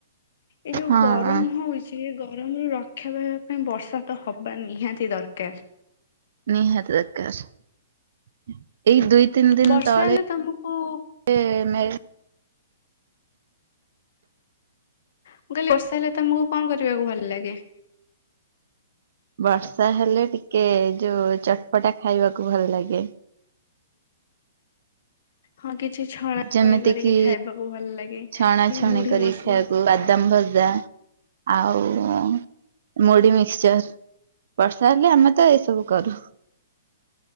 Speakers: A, on the left; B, on the right.
A: ଏଇ ଯୋଉ
B: ହଁ
A: ଗରମ ହଉ ଚି ଗରମ ରୁ ରକ୍ଷା ପାଇବା ପାଇଁ ବର୍ଷା ତ ହବା ନିହାତି ଦରକାର।
B: ନିହାତି ଦରକାର ଏଇ ଦୁଇ ତିନି ଦିନ
A: ବର୍ଷା
B: ତଳେ
A: ହେଲେ ତମକୁ
B: ସେମ
A: ମୁଁ କହିଲି ବର୍ଷା ହେଲେ ତମକୁ କଣ କରିବାକୁ ଭଲ ଲାଗେ?
B: ବର୍ଷା ହେଲେ ଟିକେ ଯୋଉ ଚଟପଟା ଖାଇବାକୁ ଭଲ ଲାଗେ।
A: ହଁ କିଛି ଛଣା
B: ଯେମିତି
A: ଛଣି କରିକି
B: କିି
A: ଖାଇବାକୁ ଭଲ ଲାଗେ
B: ଛଣା
A: କି
B: ଛଣି
A: ମୁଢି
B: କରିକି
A: ମସଲା।
B: ଖାଇବାକୁ ବାଦାମ ଭଜା ଆଉ ମୁଢି ମିକ୍ସଚର୍। ବର୍ଷା ହେଲେ ଆମେ ତ ଏଇସବୁ କରୁ।